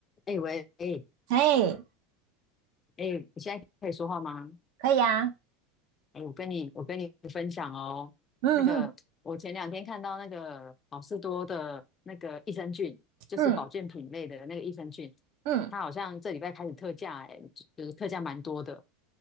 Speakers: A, on the left (about 30°); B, on the right (about 65°).
A: 哎、喂，哎、
B: 哎，
A: 哎、你现在可以说话吗？
B: 可以啊，
A: 哎、我跟你我跟你分享哦，
B: 嗯嗯
A: 那个我前两天看到那个好事多的那个益生菌，就是保健品类的那个益生菌，
B: 嗯嗯，
A: 它好像这礼拜开始特价、哎，就是特价蛮多的。